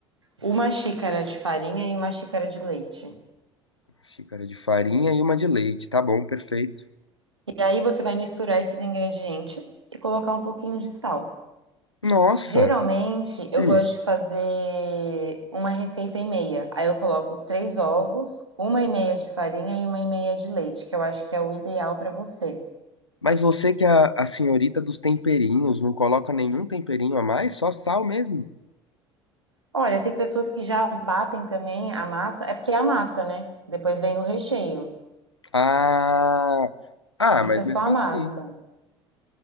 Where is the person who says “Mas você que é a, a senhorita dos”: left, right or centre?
Left